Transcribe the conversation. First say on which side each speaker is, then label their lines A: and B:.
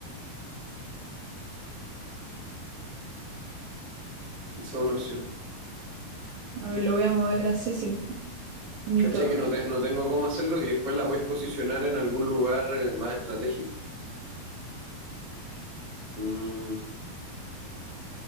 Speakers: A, on the right; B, on the right.
A: Esa es una opción.
B: A ver, lo voy a mover a c cinco. Mi
A: Caché
B: torre.
A: que no, te- no tengo cómo hacerlo y después la podéis posicionar en algún lugar eh, más estratégico. Mm.